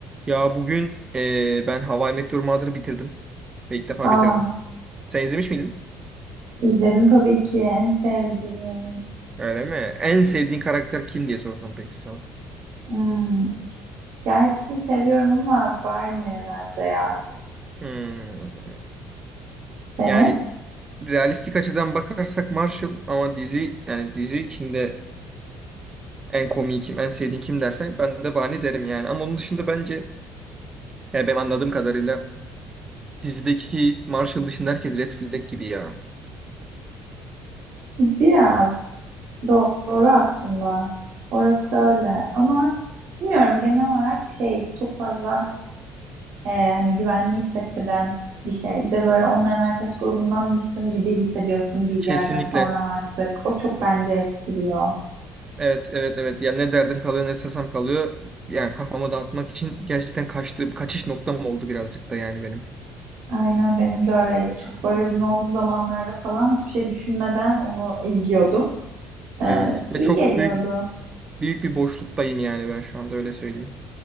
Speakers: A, on the right; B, on the right.
A: Ya bugün e, ben How I Met Your Mother'ı bitirdim. Ve ilk defa
B: Aa,
A: bitirdim. Sen izlemiş miydin?
B: izledim tabii ki en sevdiğim.
A: Öyle mi? En sevdiğin karakter kim diye sorsam peki sana.
B: Hmm. Ya hepsini seviyorum ama Barney herhalde ya.
A: Hmm.
B: Senin?
A: Yani realistik açıdan bakarsak Marshall ama dizi yani dizi içinde en komiği kim, en sevdiğin kim dersen ben de Barney derim yani. Ama onun dışında bence yani ben anladığım kadarıyla dizideki Marshall dışında herkes Red Flag gibi ya.
B: Biraz doğru aslında. Orası öyle ama bilmiyorum genel olarak şey çok fazla e, hani güvenli hissettiren bir şey. Bir de böyle onların arkadaş grubundanmışsın gibi hissediyorsun bir
A: Kesinlikle.
B: yerden sonra artık. O çok bence etkiliyor.
A: Evet, evet, evet. Ya ne derdim kalıyor, ne sesem kalıyor. Yani kafamı dağıtmak için gerçekten kaçtığım, kaçış noktam oldu birazcık da yani benim.
B: Aynen benim de öyleydi. Çok böyle üzgün olduğu zamanlarda falan hiçbir şey düşünmeden onu izliyordum. Ee,
A: Evet. Ve
B: iyi
A: çok
B: geliyordu.
A: büyük büyük bir boşluktayım yani ben şu anda öyle söyleyeyim.